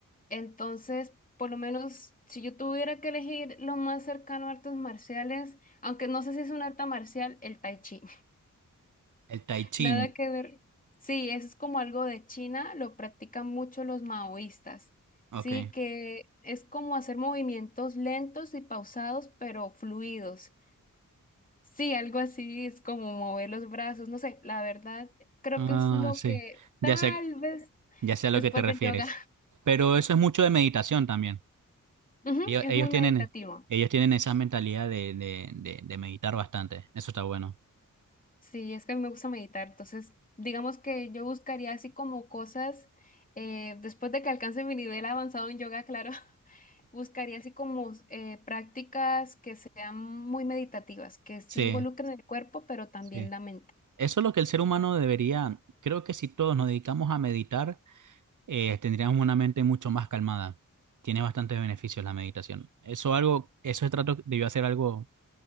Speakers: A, on the left; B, on the right.
A: Entonces, por lo menos si yo tuviera que elegir lo más cercano a artes marciales, aunque no sé si es un arte marcial, el tai chi.
B: El Tai Chin,
A: Nada que ver. Sí, eso es como algo de China, lo practican mucho los maoístas.
B: ok.
A: Sí, que es como hacer movimientos lentos y pausados, pero fluidos. Sí, algo así es como mover los brazos, no sé, la verdad, creo
B: Ah,
A: que es lo
B: sí.
A: que tal
B: Ya sé,
A: vez
B: ya sé a lo
A: después
B: que te refieres.
A: del yoga.
B: Pero eso es mucho de meditación también.
A: <laughs> Ujú,
B: Ellos,
A: es
B: ellos
A: muy meditativo.
B: tienen, ellos tienen esa mentalidad de, de, de, de meditar bastante. Eso está bueno.
A: Sí, es que a mí me gusta meditar, entonces digamos que yo buscaría así como cosas, eh, después de que alcance mi nivel avanzado en yoga, claro. <laughs> Buscaría así como eh, prácticas que sean muy meditativas, que sí
B: Sí,
A: involucren el cuerpo, pero también
B: sí.
A: la mente.
B: Eso es lo que el ser humano debería. Creo que si todos nos dedicamos a meditar, eh, tendríamos una mente mucho más calmada. Tiene bastantes beneficios la meditación. Eso algo, eso trato debió hacer algo